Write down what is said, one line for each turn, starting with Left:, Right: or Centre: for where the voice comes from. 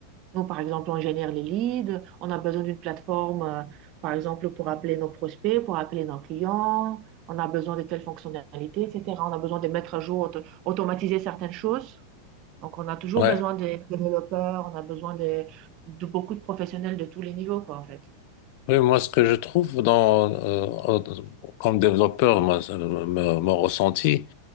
Right: Nous, par exemple, on génère les leads, on a besoin d'une plateforme, euh, par exemple, pour appeler nos prospects, pour appeler nos clients, on a besoin de telles fonctionnalités, etc. On a besoin de mettre à jour, auto- automatiser certaines choses. Donc, on a toujours
Left: Ouais.
Right: besoin des développeurs, on a besoin de, de beaucoup de professionnels de tous les niveaux, quoi, en fait.
Left: Oui, moi, ce que je trouve dans, euh, euh, comme développeur, moi, ça euh, me- me- mon ressenti,